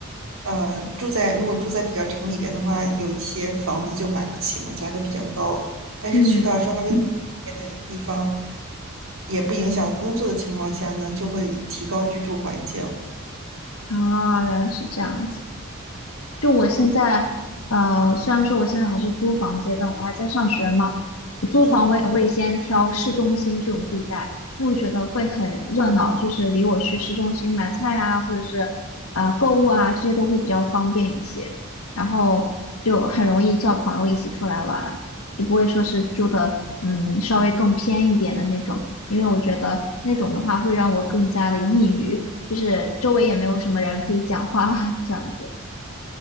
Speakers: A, on the right (about 70°); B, on the left (about 85°).
A: 呃，住在如果住在比较城里边的话，有一些房子就买不起嘛，价格比较高，但是去到稍微
B: 嗯，
A: 偏的地方，也不影响工作的情况下呢，就会提高居住环境。
B: 啊，原来是这样子。就我现在，呃，虽然说我现在还是租房阶段，我还在上学嘛。
A: 嗯。
B: 也会先挑市中心这种地带，因为我觉得会很热闹，就是离我去市中心买菜啊，或者是啊、呃购物啊，这些都会比较方便一些，然后就很容易叫朋友一起出来玩，就不会说是住的嗯稍微更偏一点的那种，因为我觉得那种的话会让我更加的抑郁，就是周围也没有什么人可以讲话 <laughs> 这样子。